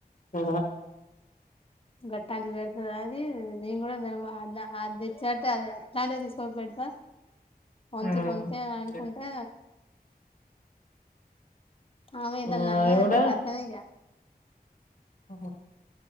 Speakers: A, on the left; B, on the left.
A: ఆ
B: గట్టాంటి వెడతు అది నేను కూడా అది తేచ్చాకా అది ఇలాంటివి తీసుకొ పెడతా వంత
A: ఆ
B: కొంత అని అనుకుంటే ఆమె ఏదాన్న
A: అది
B: అన్ననంటే
A: కూడా
B: కటదు ఇగ
A: ఆ